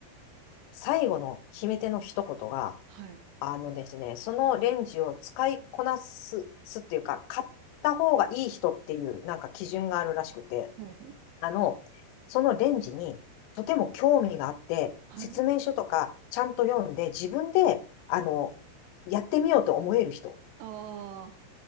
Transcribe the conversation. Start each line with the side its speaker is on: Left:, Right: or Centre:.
Left: 最後の決め手の一言が、
Right: はい。
Left: あのですね、そのレンジを使いこなす、すっていうか、買った方がいい人っていうなんか基準があるらしくて、
Right: ほうほう。
Left: あの、そのレンジにとても興味があって、
Right: はい。
Left: 説明書とかちゃんと読んで、自分で、あの、やってみようと思える人。
Right: ああ、